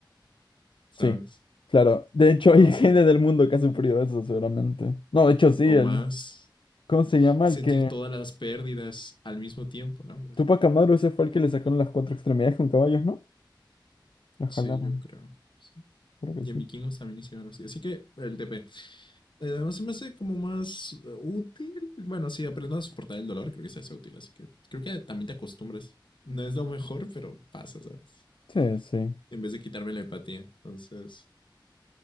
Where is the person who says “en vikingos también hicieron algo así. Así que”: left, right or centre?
Left